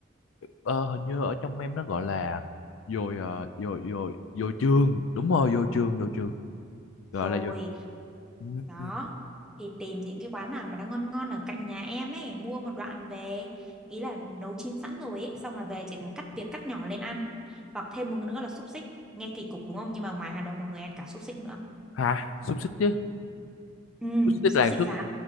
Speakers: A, on the left (about 85°); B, in the centre.
A: ờ, hình như ở trong em nó gọi là dồi ờ, dồi dồi dồi trường đúng rồi dồi trường dồi trường
B: rồi
A: gọi là dồi Ừm,
B: đó thì tìm những cái quán nào mà nó ngon ngon ở cạnh nhà em ấy mua một đoạn về ý là nấu chín sẵn rồi ấy xong là về chỉ cần cắt tiệc cắt nhỏ lên ăn hoặc thêm một nữa là xúc xích nghe kỳ cục đúng không nhưng mà ngoài Hà Nội mọi người ăn cả xúc xích nữa
A: hả xúc xích chứ
B: ừ
A: xúc xích
B: xúc
A: là
B: xích
A: xúc
B: giả